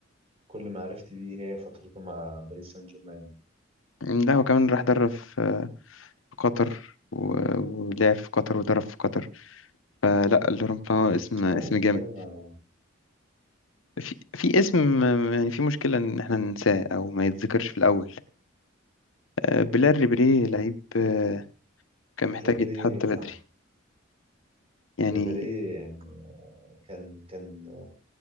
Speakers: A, on the right (about 30°); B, on the left (about 85°).
A: كل ما عرفت بيه هي فترته مع باريس سان جيرمان
B: لا هو كمان راح درب في آه، في قطر و- ولعب في قطر ودرب في قطر آه، لا لوران بلان اسم اسم
A: آه انا بتكلم
B: جامد
A: على
B: في في اسم آه، يعني في مشكلة إن إحنا ننساه أو ما يتذكرش في الأول آه، بلال ريبيري
A: مم.
B: لعيب آه، كان محتاج
A: ريبيري
B: يتحط
A: صح
B: بدري يعني
A: ريبيري يعني كان كان